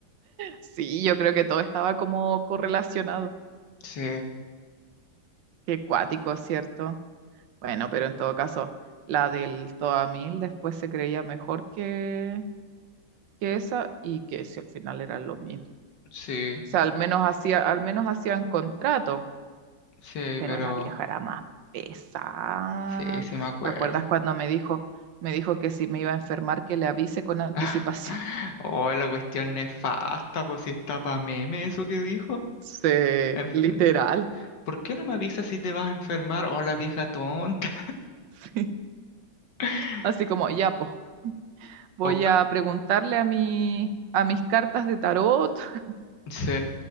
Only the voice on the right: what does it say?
Sí, yo creo que todo estaba como correlacionado.
Qué cuático, ¿cierto? Bueno, pero en todo caso, la del Toa Mil después se creía mejor que, que esa y que si al final era lo mismo.
O sea, al menos hacía, al menos hacían contrato,
pero
la vieja era más pesada.
¿Te acuerdas cuando me dijo, me dijo que si me iba a enfermar que le avise con anticipación?
<laughs>
Sí,
literal.
<laughs>
Así como, ya, pues, voy
a preguntarle a mi, a mis cartas de tarot. <laughs>